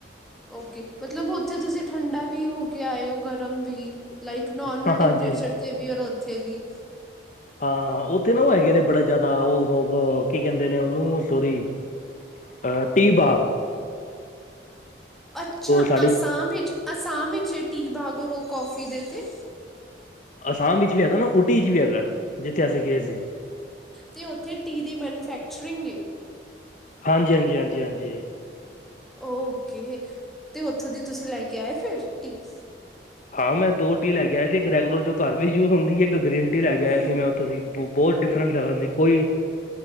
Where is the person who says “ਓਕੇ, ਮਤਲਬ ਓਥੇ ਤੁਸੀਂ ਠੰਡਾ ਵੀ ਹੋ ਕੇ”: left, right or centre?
Centre